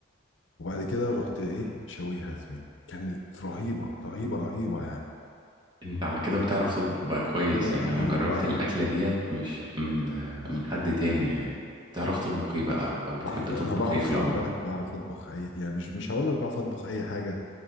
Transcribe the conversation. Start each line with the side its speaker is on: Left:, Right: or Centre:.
Left: وبعد كده رحت ايه شويها يا زميلي كانت رهيبة رهيبة رهيبة يعني
Right: انت على كده بتعرف تطبخ بقى كويس
Left: اه يا
Right: يعني
Left: عم
Right: انا
Left: أنا
Right: جربت
Left: بعرف
Right: الاكله ديت مش من آه، من حد تاني يعني تعرف تطبخ ايه بقى او بتحب
Left: بع...
Right: تطبخ
Left: انا بعرف
Right: ايه في
Left: خلي
Right: العموم
Left: بالك بعرف اطبخ اي يعني مش مش هقول لك بعرف اطبخ اي حاجة